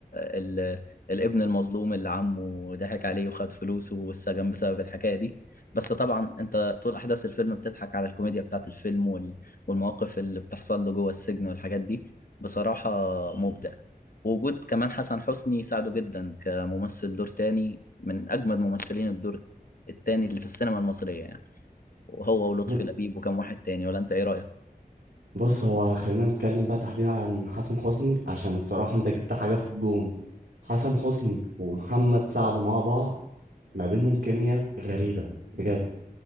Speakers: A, on the left; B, on the right.
A: ال... الابن المظلوم اللي عمه ضحك عليه وخد فلوسه والسجن بسبب الحكاية دي بس طبعا انت طول احداث الفيلم بتضحك على الكوميديا بتاعت الفيلم وال... والمواقف اللي بتحصل له جوه السجن والحاجات دي بصراحة مبدع ووجود كمان حسن حسني ساعده جدا كممثل دور تاني من اجمد ممثلين الدور التاني اللي في السينما المصرية يعني وهو ولطفي
B: ب-
A: لبيب وكم واحد تاني ولا انت ايه رأيك
B: بص هو خلينا نتكلم بقى تحديدا عن حسن حسني عشان الصراحة انت جبت حاجة في الجون حسن حسني ومحمد سعد مع بعض ما بينهم كيمياء غريبة بجد